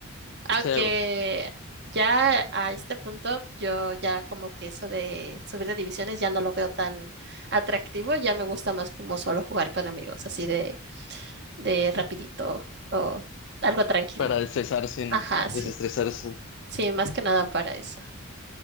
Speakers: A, on the right; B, on the left.
A: Aunque
B: o sea,
A: ya a este punto, yo ya como que eso de subir de divisiones ya no lo veo tan atractivo, ya me gusta más como solo jugar con amigos, así de, de rapidito o algo tranquilo.
B: para desestresarse,
A: Ajá,
B: ¿no?
A: sí.
B: Desestresarse.
A: Sí, más que nada para eso.